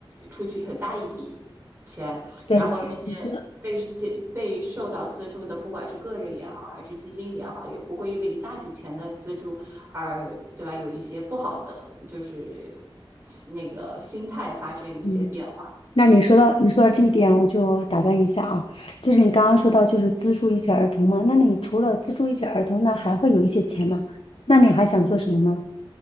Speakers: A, on the right; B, on the left.
A: 出去很大一笔钱，
B: 对，
A: 然后那些。
B: 你说的，
A: 被被受到资助的，不管是个人也好，还是基金也好，也不会因为一大笔钱的资助而，对吧？有一些不好的，就是那个心态发生一些变化。
B: 嗯。那你说到你说到这一点，我就打断一下啊，就是你刚刚说到就是资助一些儿童嘛，那你除了资助一些儿童呢，那还会有一些钱吗？那你还想做什么吗？